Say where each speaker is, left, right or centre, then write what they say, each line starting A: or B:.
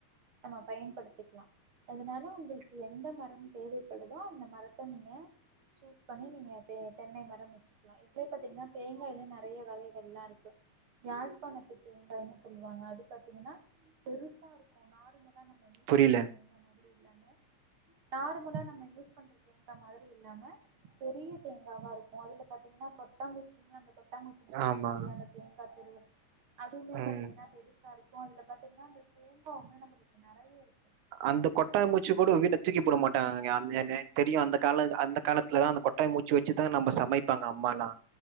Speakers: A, on the right (about 55°); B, on the right (about 80°).
A: நம்ம பயன்படுத்திக்கலா அதனால உங்களுக்கு எந்த மரம் தேவைப்படுதோ அந்த மரத்த நீங்க சூஸ் பண்ணி நீங்க தெ தென்னை மரம் வச்சு ல இதுலயே பாத்தீங்கன்னா தேங்காய்லய நெறைய வகைகள்ல்லாம் இருக்கு யாழ்ப்பாணத்து தேங்காய்ன்னு சொல்லுவாங்க அது பாத்தீங்கன்னா பெருசா இருக்கு நார்மல் ம யூஸ்
B: புரியல
A: பண்ற தேங்கா மாரி இல்லாம நார்மலா நம்ம யூஸ் பண்ற தேங்கா மாதிரி இல்லாம பெரிய தேங்காவா இருக்கு அதுல பாத்தீங்கன்னா கொட்டாங்குச்சி <inaudible> கொட்டாங்குச்சின்னு சொல்லுவோ
B: ஆமா
A: இல்லையா அந்த தேங்கா திருவு <unintelligible> அதுவுமே
B: ம்
A: பாத்தீங்கன்னா பெருசா இருக்கு அதுல பாத்தீங்கன்னா அந்த தேங்காவுமே நம்மளுக்கு நெறைய இருக்கு
B: அந்த கொட்டாங்குச்சு கூட வீட்ல தூக்கி போட மாட்டாங்க அங் க எ தெரியு அந்த கால அந்த காலத்துலதா அந்த கொட்டாங்குச்சி வச் ச்சிதா நம்ம சமைப்பாங்க அம்மாலா